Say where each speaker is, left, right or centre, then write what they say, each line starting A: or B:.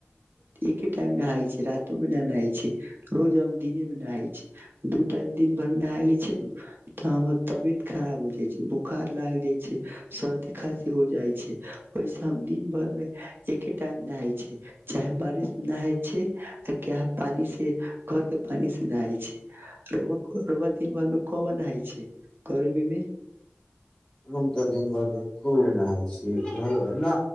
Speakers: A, on the right; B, on the left.
A: एके टाइम नहाय छै रातो मे न नहााय छै रोज हम दिने मे नहााय छ दू टाइम दिन भर मे नहााय ले छै न तऽ हमर तबियत खराब हो बोखार लाग जाइ छै सर्दी खसी हो जाइ छै ओहिस हम दिन भर मे एके टाइम नहााय छै चाहे बारिश मे नहााय छै पानी से घर के पानी से नहााय छै रउआ दिन भर मे क नहाय छै गर्मी मे
B: हम तऽ दिन भरि मे खुल रह छी नहि